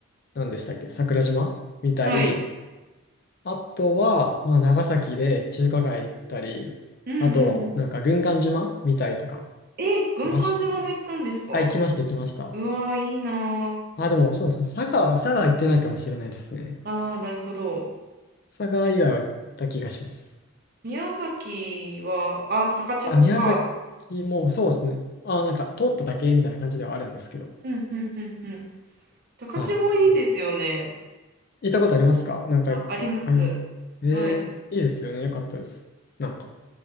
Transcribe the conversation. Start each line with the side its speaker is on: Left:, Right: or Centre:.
Left: 何でしたっけ、桜島見たり、
Right: はい。
Left: あとは、まあ、長崎で中華街行ったり、
Right: うん、うん、
Left: あと、
Right: うん。
Left: なんか軍艦島見たりとか、
Right: え、軍艦島も行ったんですか
Left: いましたね。あ、行きました、行きました。
Right: うわー、いいなー。
Left: あ、でもそうですね、佐賀は、佐賀行ってないかもしれないですね。
Right: ああ、なるほど。
Left: 佐賀以外は行った気がします。
Right: 宮崎は、あ、高千穂か。
Left: あ、宮崎もそうですね。あ、なんか通っただけみたいな感じではあるんですけど。
Right: うん、うん、うん、うん。高千穂いいですよね。
Left: はい行ったことありますかなんか、
Right: あ、あります。
Left: ありますええいいですよね。
Right: はい。
Left: よかったです。なんか、